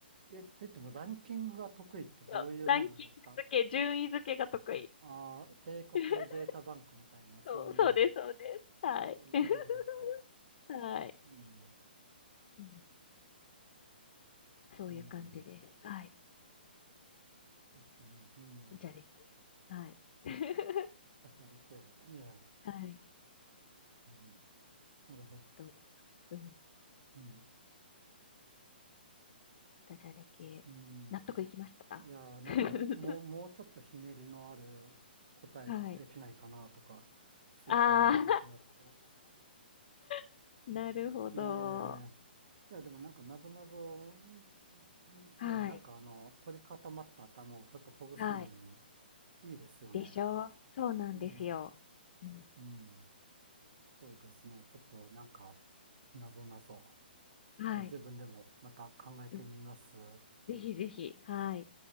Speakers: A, on the right; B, on the left.
A: え、と言ってもランキングが得意ってどういうもんなんですか
B: <laughs> そうランキング付け、順位付けが得意。
A: ああー、帝国データバンクみたいな、
B: <laughs>
A: そういう、
B: そう、そうです、そうです。はい。
A: そういう感じですか
B: <laughs> はい。
A: うん、
B: うんそういう感じです。
A: うん、
B: はい。
A: ですね、うん、
B: ダジャレ系。
A: うん、
B: はい。<laughs>
A: ダジャレ系、いや。
B: はい。
A: うん、なるほど。
B: どうですかうん。
A: うん。
B: ダジャレ系。
A: うん。
B: 納得いきました。
A: いやー、なんかももう、
B: <laughs>
A: もうちょっとひねりのある答えができないかなとか、
B: はい。
A: つい考えてしまって。
B: ああ <laughs> なるほど。
A: ええいや、でもなんか、なぞなぞ、んんね、
B: はい。
A: なんかあの、凝り固まった頭をちょっとほぐすのに
B: はい。
A: いいですよね。
B: でしょうそうなんですよ。
A: ええ
B: うん
A: うん。そうですね。ちょっとなんか、なぞなぞ、
B: はい。
A: ちょっと自分でもまた考えてみます。
B: うんぜひぜひ。はい。